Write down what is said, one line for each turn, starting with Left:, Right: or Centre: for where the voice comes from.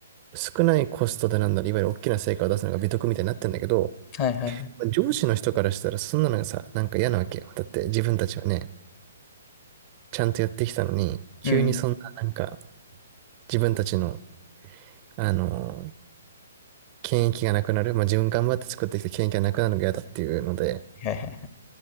Right: 少ないコストでなんだろう、いわゆる大きな成果を出すのが美徳みたいになってんだけど、
Left: はいはいはい。
Right: 上司の人からしたらそんなのがさ、なんか嫌なわけよ。だって自分たちはね、ちゃんとやってきたのに、急にそんななんか
Left: うん。
Right: 自分たちの、あの、権益がなくなる、まあ自分頑張って作ってきた権益がなくなるのが嫌だっていうので、
Left: はいはいはい。